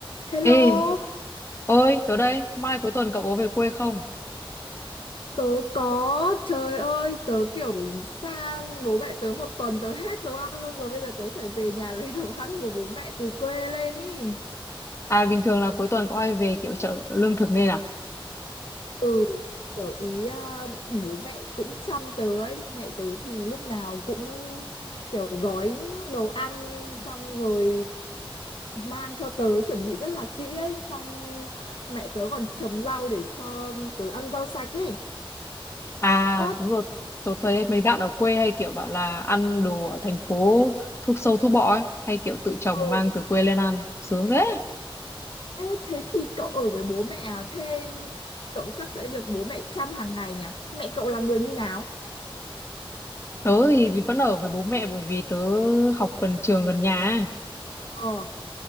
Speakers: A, on the left (about 60°); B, on the left (about 30°).
A: Hello,
B: Ê, ơi, tớ đây, mai cuối tuần cậu có về quê không?
A: tớ có, trời ơi, tớ kiểu sang bố mẹ tớ một tuần tớ hết đồ ăn luôn rồi, bây giờ tớ phải về nhà <laughs> lấy đồ ăn của bố mẹ từ quê lên ý.
B: À, bình thường là cuối tuần có hay về kiểu chợ lương thực nên à?
A: Ừ, kiểu ý à, bố mẹ cũng chăm tớ ấy, mẹ tớ thì lúc nào cũng kiểu gói đồ ăn xong rồi mang cho tớ chuẩn bị rất là kỹ ấy, xong mẹ tớ còn trồng rau để cho tớ ăn rau sạch ấy.
B: À,
A: Ơ,
B: đúng rồi, tớ thấy mấy bạn ở quê hay kiểu bảo là ăn đồ ở thành phố thuốc sâu thuốc bọ ấy, hay kiểu tự trồng
A: ừ,
B: mang từ quê lên ăn, sướng thế.
A: Ê, thế thì cậu ở với bố mẹ à? Thế cậu chắc sẽ được bố mẹ chăm hàng ngày nhỉ? Mẹ cậu là người như nào?
B: Tớ thì thì vẫn ở với bố mẹ bởi vì tớ học gần trường gần nhà. ấy.
A: Ờ,